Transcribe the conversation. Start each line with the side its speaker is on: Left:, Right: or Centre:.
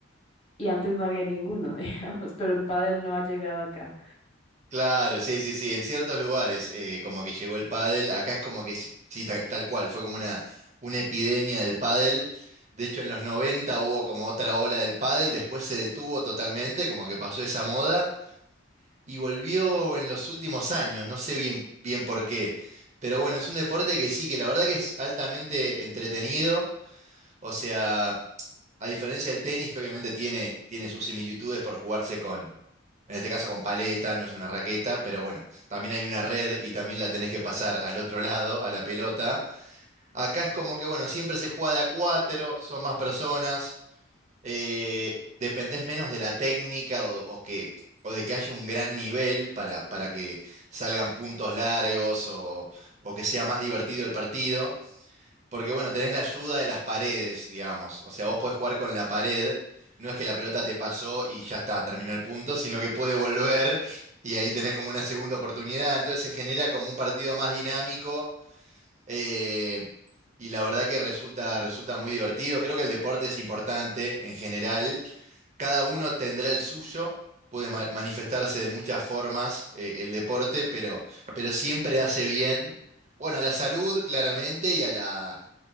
Left: y antes no había ninguno, <laughs> digamos, pero el pádel no ha llegado acá.
Right: Claro, sí, sí, sí, en ciertos lugares eh, como que llegó el pádel, acá es como que sí, sí, ta- tal, cual, fue como una, una epidemia del pádel. De hecho, en los 90 hubo como otra ola del pádel, después se detuvo totalmente, como que pasó esa moda y volvió en los últimos años, no sé bien, bien por qué. Pero bueno, es un deporte que sí, que la verdad que es altamente entretenido, o sea... A diferencia del tenis, que obviamente tiene, tiene sus similitudes por jugarse con, en este caso con paleta, no es una raqueta, pero bueno, también hay una red y también la tenés que pasar al otro lado, a la pelota. Acá es como que, bueno, siempre se juega de a cuatro, son más personas, eh, dependés menos de la técnica o, o que, o de que haya un gran nivel para, para que salgan puntos largos o, o que sea más divertido el partido. Porque bueno, tenés la ayuda de las paredes, digamos. O sea, vos podés jugar con la pared. No es que la pelota te pasó y ya está, terminó el punto, sino que puede volver y ahí tenés como una segunda oportunidad. Entonces se genera como un partido más dinámico eh, y la verdad que resulta, resulta muy divertido. Creo que el deporte es importante en general. Cada uno tendrá el suyo. Puede ma- manifestarse de muchas formas eh, el deporte, pero, pero siempre hace bien, bueno, a la salud claramente y a la